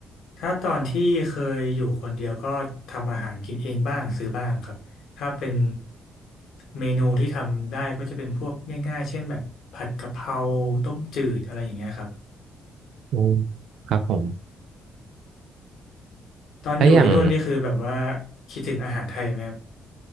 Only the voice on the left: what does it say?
ถ้าตอนที่เคยอยู่คนเดียวก็ทำอาหารกินเองบ้างซื้อบ้างครับ ถ้าเป็นเมนูที่ทำได้ก็จะเป็นพวกง่ายๆเช่นแบบผัดกะเพราต้มจืดอะไรอย่างเงี้ยครับ
ตอนอยู่ที่นู่นนี่คือแบบว่า
คิดถึงอาหารไทยไหมครับ